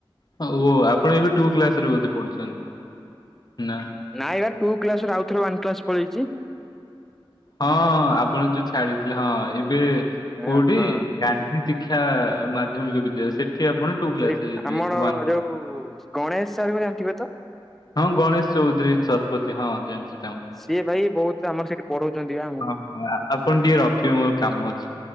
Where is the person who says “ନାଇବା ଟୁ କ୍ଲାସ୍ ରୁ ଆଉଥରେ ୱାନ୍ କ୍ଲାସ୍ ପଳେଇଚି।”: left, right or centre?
Centre